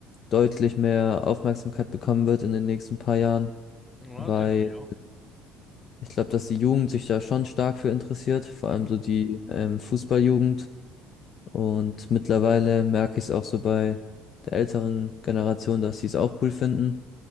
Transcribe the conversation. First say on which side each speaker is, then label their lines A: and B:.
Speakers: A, on the left; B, on the left.
A: deutlich mehr Aufmerksamkeit bekommen wird in den nächsten paar Jahren,
B: ja,
A: weil
B: denke ich auch.
A: ich glaube, dass die Jugend sich da schon stark für interessiert, vor
B: Mhm,
A: allem so die ähm, Fußballjugend. Und mittlerweile merke ich es auch so bei der älteren Generation, dass sie es auch cool finden,